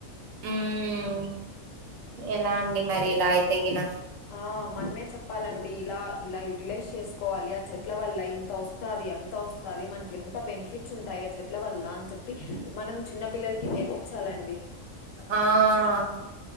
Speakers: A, on the right (about 85°); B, on the left (about 75°).
A: హ్మ్మ్ ఎలా అండి మరి ఇలా అయితేగిన
B: ఆ మనమే చెప్పాలండి ఇలా ఇలా యూటిలైజ్ చేసుకో కో వాలి ఆ చెట్ల వల్ల ఇంత వస్తుంది అంత వస్తుంది మనకి ఎంత బెనిఫిట్స్ ఉంటాయి ఆ చెట్ల వల్ల అని చెప్ చెప్పి మనం చిన్న పిల్లలకి నేర్పించాలండి
A: ఆహ్